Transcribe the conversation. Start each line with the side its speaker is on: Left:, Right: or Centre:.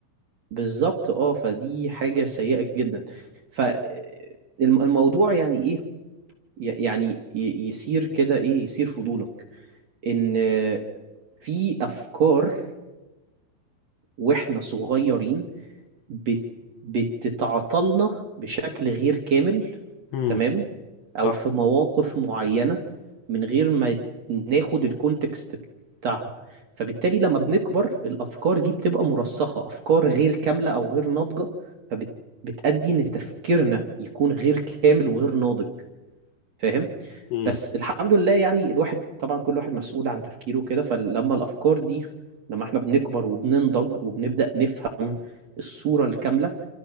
Right: بالظبط اه فدي حاجة سيئة جدا فالموضوع يعني ايه ي- يعني ي- يصير كده ايه يصير فضولك ان في افكار واحنا صغيرين بت... بتتعطلنا بشكل غير كامل
Left: امم
Right: تمام
Left: صح
Right: او في مواقف معينة من غير ما يت- ناخد الكونتكست بتاعها فبالتالي لما بنكبر الافكار دي بتبقى مرسخة افكار غير كاملة او غير ناضجة فبتأدي ان تفكيرنا يكون غير كامل وغير ناضج فاهم
Left: امم
Right: بس الحمد لله يعني الواحد طبعا كل واحد مسؤول عن تفكيره كده فلما الأفكار دي لما احنا بنكبر وبننضج وبنبدأ نفهم الصورة الكاملة